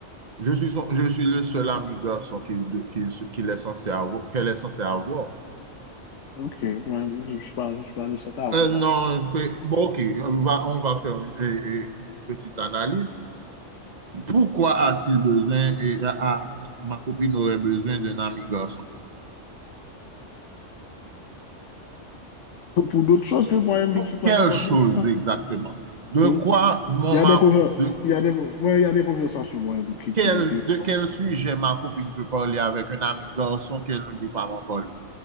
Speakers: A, on the right; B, on the left.
A: je suis, son- je suis le seul ami garçon qu'il de- qu'il se- qu'il est censé avoir, qu'elle est censée avoir.
B: Ok, moi, je ne suis pas je suis pas de cet avis-là.
A: Euh, non, pe- bon, ok, on va, on va faire une, une- une petite analyse. Pourquoi a-t-il besoin et a- a- ma copine aurait besoin d'un ami garçon?
B: Pour d'autres choses que moi-même,
A: Pour
B: je ne suis pas
A: quelle
B: capable
A: chose
B: de faire.
A: exactement? De
B: Hmm.
A: quoi mon
B: Il y a des, conver-
A: de
B: il y a des, ouais, il y a des conversations moi, qui,
A: quel,
B: qui m'intéressent.
A: de
B: pas.
A: quel sujet ma copine peut parler avec un ami garçon qu'elle ne peut pas m'en parler?